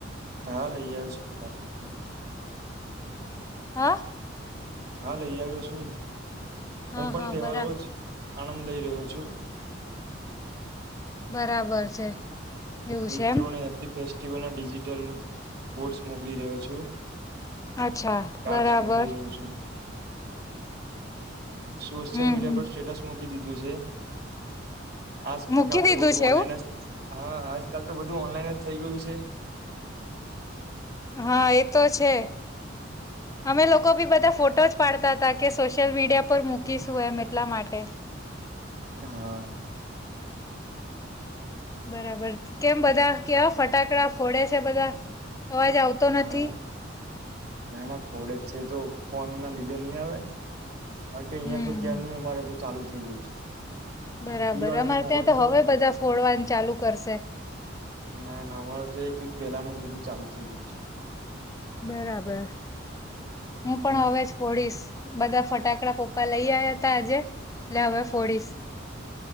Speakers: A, on the right; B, on the left.
A: હા લઈ આવ છુ, ફટાકડા
B: હા
A: હા, લઈ આવ્યો છુ, હું
B: હા
A: પણ
B: હા
A: તહેવારો
B: બરાબર
A: જ આનંદ લઈ રહ્યો છુ.
B: બરાબર છે. એવું
A: મિત્રોને
B: છે એમ
A: હેપી, ફેસ્ટિવલના ડિજિટલ કોર્ડ્સ મોકલી રહ્યો છું.
B: અચ્છા
A: કાર્ડસ
B: બરાબર
A: મોકલી રહ્યો છું. સોશિયલ,
B: હમ
A: મીડિયા
B: હમ
A: પર સ્ટેટસ મૂકી દીધું છે. આજ
B: મૂકી
A: કાલ
B: દીધું
A: તો બધું
B: છે
A: ઓનલાઈન
B: એવું
A: જ હા, આજ કાલ તો બધું ઓનલાઈન જ થઈ ગયું છે.
B: હા, એતો છે.
A: <unintelligible> <inaudible>
B: અમે લોકો ભી બધા ફોટો જ પાડતા હતા, કે સોશિયલ મીડિયા પર મૂકીશું એમ એટલા માટે
A: હા
B: બરાબર કેમ બધા કે ફટાકડા ફોડે છે. બધા અવાજ આવતો નથી
A: હા, ના ના ફોડે જ છે, તો ફોન ના લીધે નહી, આવે કાર કે અહીિયાયા
B: હમ
A: તો કે્યા
B: હમ.
A: ન અમારે તો ચાલુ થઈ ગયુ છે.
B: બરાબર,
A: દિવાળી
B: અમારે
A: ન માહોલ
B: ત્યા તો હવે બધા ફોડવાનું ચાલુ કરશે
A: ના ના અમારે તો એક વીક પહેલાનું બધું ચાલુ, થઇ ગયુ છે.
B: બરાબર હુ,
A: હમ
B: પણ હવે જ ફોડીશ બધા ફટાકડા પપ્પા લઈ આવ્યા હતા આજે એટલે હવે, ફોડીશ